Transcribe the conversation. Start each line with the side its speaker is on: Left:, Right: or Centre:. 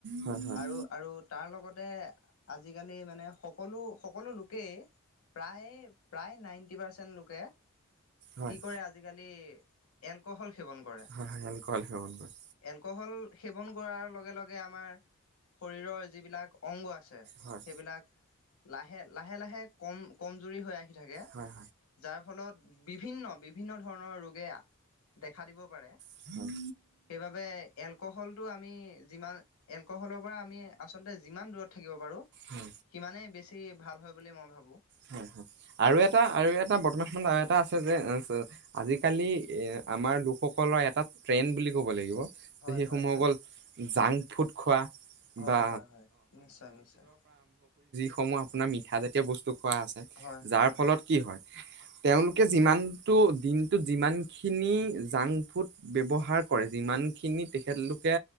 Right: হয় হয়
Left: আৰু আৰু তাৰ লগত আজিকালি মানে সকলো, সকলো লোকেই, প্ৰায়, প্ৰায় নাইণ্টি পাৰ্চেণ্ট লোকে
Right: হয়
Left: কি কৰে আজিকালি এলকহল সেৱন কৰে,
Right: হয় হয় এলকহল সেৱন কৰে
Left: এলকহল সেৱন কৰাৰ লগে লগে আমাৰ শৰীৰৰ যিবিলাক অংগ আছে,
Right: হয়
Left: সেইবিলাক লাহে লাহে লাহে কম কমজুৰি হৈ আহি থাকে
Right: হয় হয়
Left: যাৰ ফলত বিভিন্ন বিভিন্ন ধৰণৰ ৰোগে দেখা দিব পাৰে
Right: হয়
Left: সেইবাবে এলকহলটো আমি যিমান এলকহলৰ পৰা আমি আচলতে যিমান দূৰত থাকিব পাৰো
Right: হয়
Left: সিমান বেছি ভাল হয় বুলি মই ভাবো
Right: হয় হয় আৰু এটা আৰু এটা বৰ্তমান সময়ত আৰু এটা আছে যে আজিকালি এ আমাৰ লোকসকলৰ এটা ট্ৰেণ্ড বুলি ক'ব লাগিব ত
Left: হয়
Right: সেইসমূহ
Left: হয় হয়
Right: গল
Left: হয়
Right: জাং ফুট খোৱা
Left: হয়
Right: বা
Left: হয় হয় নিশ্চয় নিশ্চয়
Right: অসম আপাৰ মঠা জাতীয় বস্তু ক আছে
Left: হয় হয়
Right: যাৰ
Left: হয়
Right: ফলত কি হয় তেওঁলোকে যিমানটো দিনটোত যিমান খিনি জাং ফুট ব্যৱহাৰ কৰে যিমানখিনি তেখেতলোকে